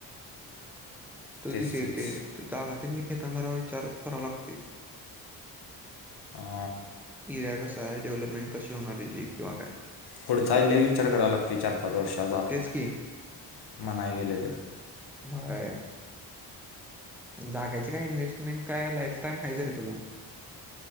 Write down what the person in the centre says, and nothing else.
तो
ती शेते
जागा घतानारा विचार करावा लागते
एरिया कसा आहे डेव्हलपमेंट कशी होणारी जी किंवा काय
तेच की
ह जाग्याची कायन्हेस्टमेंट काय लाईफाईम आहेयच रे तुला